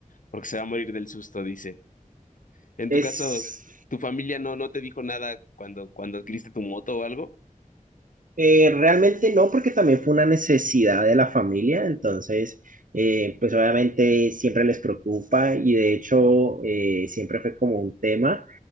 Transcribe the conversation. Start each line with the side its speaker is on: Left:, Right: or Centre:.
Left: porque se va a morir del susto, dice. En
Right: Es
Left: tu caso, ¿tu familia no, no te dijo nada cuando, cuando adquiriste tu moto o algo?
Right: Eh, realmente no, porque también fue una necesidad de la familia, entonces, eh, pues obviamente siempre les preocupa y de hecho eh, siempre fue como un tema.